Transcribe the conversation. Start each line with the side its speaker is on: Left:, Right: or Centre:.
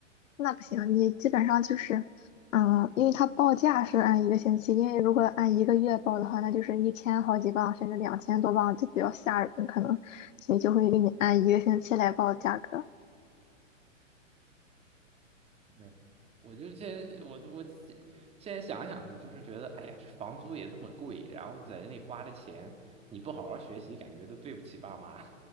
Left: 那不行，你基本上就是，嗯，因为他报价是按一个星期，因为如果按一个月报的话，那就是一千好几磅，甚至两千多磅，就比较吓人，可能，所以就会给你按一个星期来报价格。
Right: 对，我就现在我我现现在想想，就是觉得，哎呀，这房租也这么贵，然后在那里花的钱，你不好好学习，感觉都对不起爸妈。<laughs>